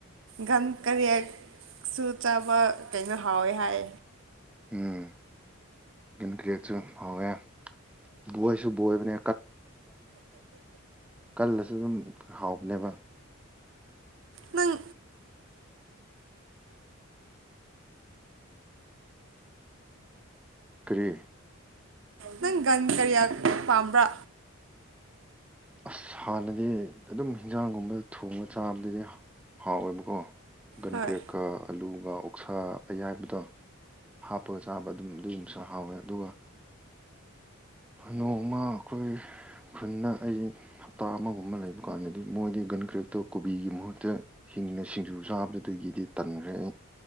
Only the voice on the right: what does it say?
ꯒꯟ ꯀꯔꯤꯁꯨ ꯆꯥꯕ ꯀꯩꯅꯣ ꯍꯥꯎꯋꯦ ꯍꯥꯏ
ꯅꯪ
ꯅꯪ ꯒꯟ ꯀꯔꯤꯌꯥ ꯄꯥꯝꯕ꯭ꯔꯥ
ꯍꯣꯏ